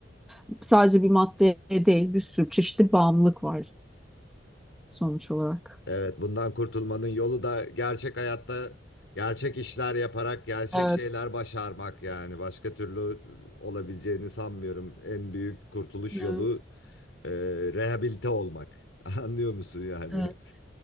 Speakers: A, in the centre; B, on the left (about 80°).
A: e, sadece bir maddeye değil bir sürü çeşitli bağımlılık var sonuç olarak.
B: Evet, bundan kurtulmanın yolu da gerçek hayatta gerçek işler yaparak gerçek
A: Evet.
B: şeyler başarmak yani. Başka türlü olabileceğini sanmıyorum. En büyük kurtuluş yolu
A: Evet,
B: e, rehabilite olmak. <laughs> Anlıyor musun yani?
A: evet.